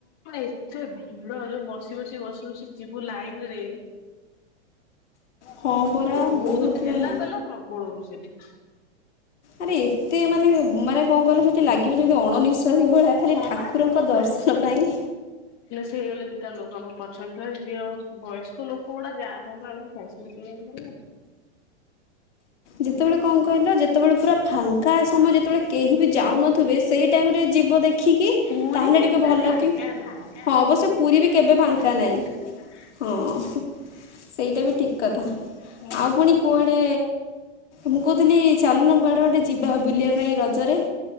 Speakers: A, on the left (about 45°); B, on the left (about 75°).
A: ମାନେ ଏତେ ଭିଡ, ଯୋଉ ବସି ବସି, ବସି ବସି ଯିବୁ ଲାଇନ୍ ରେ।
B: ହଁ ପରା
A: ବୋହୁତ୍
B: ବହୁତ
A: ଠେଲାପେଲା
B: ମାନେ
A: ପ୍ରବଳ ହୋଉଛି ସେଠି।
B: ଆରେ ଏତେ ମାନେ ମାନେ କଣ କହିଲ ସେଠି ଲାଗିବ ଯେମିତି ଅଣନିଃଶ୍ୱାସୀ ଭଳିଆ। ଖାଲି
A: ହଁ
B: ଠାକୁରଙ୍କ
A: ବା।
B: ଦର୍ଶନ ପାଇଁ।
A: ସେଇ ହେଲେ ଦିଇଟା ଲୋକ ଆମେ ପଛରେ ଥିଲେ ଝିଅ ବୟସ୍କ ଲୋକ ଗୁଡ଼ା ଜାମ୍ ହେଲା ବେଳକୁ <unintelligible> <unintelligible>
B: ଯେତେବେଳେ କଣ କହିଲ ଯେତବେଳେ ପୁରା ଫାଙ୍କା ସମୟ ଯେତେବେଳେ କେହି ବି ଯାଉନଥିବେ ସେଇ ଟାଇମ୍ ରେ ଯିବ ଦେଖିକି।
A: ପୁରୀ
B: ତାହେଲେ
A: କେବେ
B: ଟିକେ ଭଲ
A: ଫାଙ୍କା
B: କି
A: ନୁହଁ
B: ହଁ ବା ସେ ପୁରୀ ବି କେବେ ଫାଙ୍କା ନାଇଁ। ହଁ ହୁଁ ସେଇଟା ବି ଠିକ୍ କଥା
A: ନୁହଁ।
B: ଆଉ ପୁଣି କୁଆଡେ ମୁଁ କହୁଥିଲି ଚାଲୁନ କୁଆଡେ ଗୋଟେ ଯିବା ବୁଲିଆ ପାଇଁ ରଜରେ।